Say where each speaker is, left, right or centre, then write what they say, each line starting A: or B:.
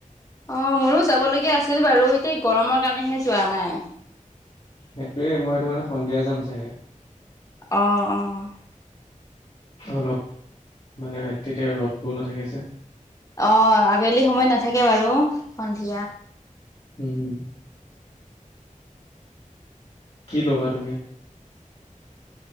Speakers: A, on the left (about 25°); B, on the left (about 45°).
A: অ, মোৰো যাবলগীয়া আছিল বাৰু। এতিয়া গৰমৰ কাৰণেহে যোৱা নাই।
B: সেইটোয়ে মই এইটো কাৰণে সন্ধিয়া যাম চাগে।
A: অহ-অহ
B: অলপ মানে তেতিয়া ৰ'দটোও নাথাকে যে।
A: অ, আবেলি সময়ত নাথাকে বাৰু সন্ধিয়া।
B: উম, কি ল'বা তুমি?